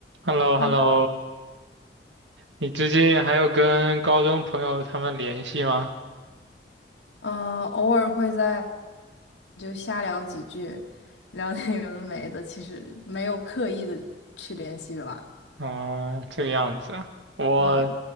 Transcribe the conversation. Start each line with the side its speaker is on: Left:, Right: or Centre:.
Right: h e l l o
Left: 嗯，
Right: h e l l o 你最近还有跟高中朋友他们联系吗？
Left: 偶尔会在就瞎聊几句，聊点有的没的，其实没有刻意的去联系吧。
Right: 哦，这个样子啊，我
Left: 嗯，